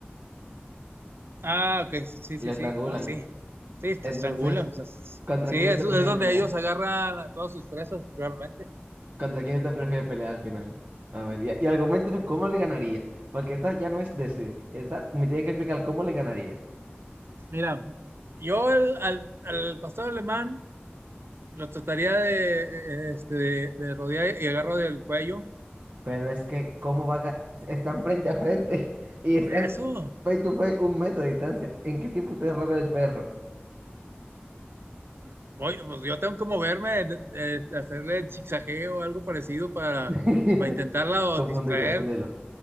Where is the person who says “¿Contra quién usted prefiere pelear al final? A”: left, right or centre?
Right